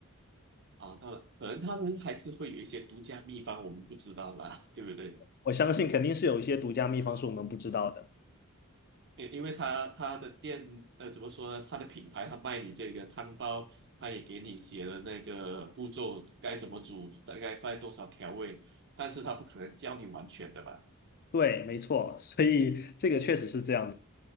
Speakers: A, on the right (about 55°); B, on the left (about 45°).
A: 啊，当然，可能他们还是会有一些独家秘方，我们不知道啦，<laughs> 对不对？
B: 我相信肯定是有一些独家秘方是我们不知道的。
A: 因因为他他的店，呃，怎么说呢？他的品牌，他卖你这个汤包，他也给你写了那个步骤，该怎么煮，大概放多少调味，但是他不可能教你完全的吧？
B: 对，没错，所以这个确实是这样子。